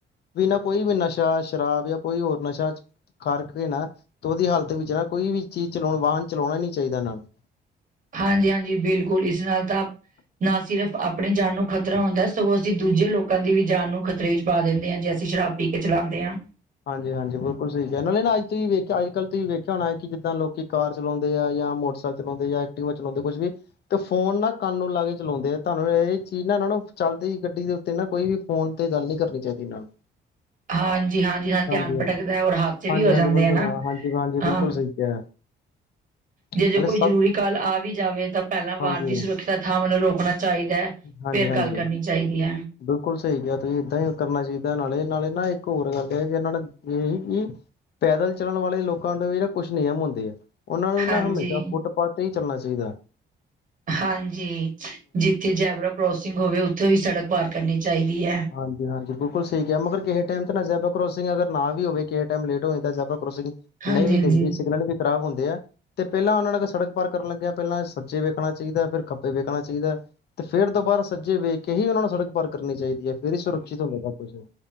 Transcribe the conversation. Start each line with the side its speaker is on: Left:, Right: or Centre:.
Left: ਵੀ ਨਾ ਕੋਈ ਵੀ ਨਸ਼ਾ ਸ਼ਰਾਬ ਜਾਂ ਕੋਈ ਹੋਰ ਨਸ਼ਾ ਖਾਰ ਕੇ ਨਾ ਤੇ ਉਹਦੀ ਹਾਲਤ ਵਿੱਚ ਨਾ ਕੋਈ ਵੀ ਚੀਜ਼ ਚਲਾ ਵਾਹਨ ਚਲਾਉਣਾ ਨੀ ਚਾਹੀਦਾ ਇਹਨਾਂ ਨੂੰ।
Right: ਹਾਂਜੀ, ਹਾਂਜੀ, ਬਿਲਕੁਲ ਇਸ ਨਾਲ ਤਾ ਨਾ ਸਿਰਫ਼ ਆਪਣੀ ਜਾਨ ਨੂੰ ਖ਼ਤਰਾ ਹੁੰਦਾ ਸਗੋਂ ਅਸੀਂ ਦੂਜੇ ਲੋਕਾਂ ਦੀ ਵੀ ਜਾਨ ਨੂੰ ਖ਼ਤਰੇ ਵਿੱਚ ਪਾ ਦਿੰਦੇ ਹਾਂ ਜੇਸ ਅਸੀਂ ਸ਼ਰਾਬ ਪੀ ਕੇ ਚਾਲਾਂਦੇ ਆ।
Left: ਹਾਂਜੀ, ਹਾਂਜੀ ਬਿਲਕੁਲ ਸਹੀ ਕੇਹਾ, ਨਾਲੇ ਨਾ ਅੱ ਤੁਸੀ ਵੈਖਿਆ ਅੱਜ ਕੱਲ ਤੁਸੀਂ ਵੇਖਿਆ ਹੋਣਾ ਐ ਕਿ ਜਿੱਦਾਂ ਲੋਕੀ ਕਾਰ ਚਲਾਉਂਦੇ ਆ। ਜਾਂ ਮੋਟਰਸਾਈਕਲ ਚਲਾਉਂਦੇ ਯਾਂ ਐਕਟੀਵਾ ਚਲਾਉਂਦੇ ਕੁਛ ਵੀ ਤੇ ਫੋਨ ਨਾ ਕੰਨ ਨੂੰ ਲਾ ਕੇ ਚਲਾਉਦੇ ਆ ਤੁਹਾਨੂੰ ਇਹ ਚੀਜ਼ ਨਾ ਇਹਨਾਂ ਨੂੰ ਚੱਲਦੀ ਹੋਈ ਗੱਡੀ ਦੇ ਉੱਤੇ ਨਾ ਕੋਈ ਵੀ ਫੋਨ ਤੇ ਗੱਲ ਨੀ ਕਰਨੀ ਚਾਹੀਦੀ ਇਹਨਾਂ ਨੂੰ।
Right: ਹਾਂਜੀ, ਹਾਂਜੀ, ਹਾਂ ਧਿਆਨ
Left: ਹਾਂਜੀ-ਹਾਂਜੀ,
Right: ਪਟਕਦੈ ਔਰ ਹਾਦਸੇ
Left: ਹਾਂਜੀ-ਹਾਂਜੀ
Right: ਵੀ ਹੋ ਜਾਂਦੇ
Left: ਬਿਲਕੁਲ
Right: ਐ ਨਾ
Left: ਹਾਂਜੀ-ਹਾਂਜੀ
Right: ਹਾਂ।
Left: ਬਿਲਕੁਲ ਸਹੀ ਕਿਹਾ
Right: ਜੇ
Left: ਨਾਲੇ
Right: ਜੇ ਕੋਈ
Left: ਸਭ
Right: ਜ਼ਰੂਰੀ ਕਾਲ ਆ ਵੀ ਜਾਵੇ ਤਾਂ ਪਹਿਲਾਂ ਵਾਨ
Left: ਹਾਂਜੀ,
Right: ਦੀ ਸੁਰੱਕਸ਼ਾ ਥਾਂ ਓਹਨੂੰ ਰੋਕਨਾ ਚਾਹੀਦੈ।
Left: ਹਾਂਜੀ,
Right: ਫੇਰ
Left: ਹਾਂਜੀ।
Right: ਗੱਲ ਕਰਨੀ ਚਾਹੀਦੀ ਐ।
Left: ਬਿਲਕੁਲ ਸਹੀ ਕਿਹਾ ਤੁਸੀਂ ਏਦਾਂ ਈ ਕਰਨਾ ਚਾਹੀਦਾ ਨਾਲੇ ਨਾਲੇ ਨਾ ਇਕ ਔਰ ਗੱਲ ਏ, ਜਿਨਾਂ ਨੇ ਇਹ ਕਿ ਪੈਦਲ ਚੱਲਣ ਵਾਲੇ ਲੋਕਾਂ ਦੇ ਵੀ ਨਾ ਕੁਛ ਨਿਯਮ ਹੁੰਦੇ ਆ। ਓਹਨਾਂ ਨੂੰ
Right: ਹਾਂਜੀ।
Left: ਨਾ ਹਮੇਸ਼ਾ ਫੁੱਟਪਾਥ ਤੇ ਹੀ ਚੱਲਣਾ ਚਾਹੀਦੈ।
Right: ਹਾਂਜੀ, ਜਿੱਥੇ ਜੈਬਰਾ ਕਰੋਸਿੰਗ ਹੋਵੇ ਉੱਥੋਂ ਦੀ ਸੜਕ ਪਾਰ ਕਰਨੀ ਚਾਹੀਦੀ ਐ।
Left: ਹਾਂਜੀ, ਹਾਂਜੀ, ਬਿਲਕੁਲ ਸਹੀ ਕਿਹਾ, ਮਗਰ ਕੇਹੇ ਟਾਈਮ ਤੇ ਨਾ ਜੇਬਰਾ ਕਰੋਸਿੰਗ ਅਗਰ ਨਾ ਵੀ ਹੋਵੇ ਕੇਹੇ ਟਾਈਮ ਲੇਟ ਹੋ ਜਾਂਦਾ ਜ਼ੇਬਰਾਂ ਕਰੋਸਿੰਗ
Right: ਹਾਂਜੀ-ਹਾਂਜੀ,
Left: ਨਹੀਂ ਵੀ ਦੇਖਦੀ ਸਿਗਨਲ ਵੀ ਖਰਾਬ ਹੁੰਦੇ ਆ, ਤੇ ਪਹਿਲਾਂ ਉਹਨਾਂ ਨਾਲ ਸੜਕ ਪਾਰ ਕਰਨ ਲੱਗਿਆ ਪਹਿਲਾਂ ਸੱਜੇ ਵੇਖਣਾ ਚਾਹੀਦਾ ਫੇਰ ਖੱਬੇ ਵੇਖਣਾ ਚਾਹੀਦਾ। ਤੇ ਫੇਰ ਦੁਬਾਰਾ ਸੱਜੇ ਵੇਖ ਕੇ ਹੀ ਓਹਨਾਂ ਨੂੰ ਸੜਕ ਪਾਰ ਕਰਨੀ ਚਾਹੀਦੀ ਏ, ਫੇਰ ਹੀ ਸੁਰੱਕਸ਼ਿਤ ਹੁੰਦਾ ਸਭ ਕੁਛ।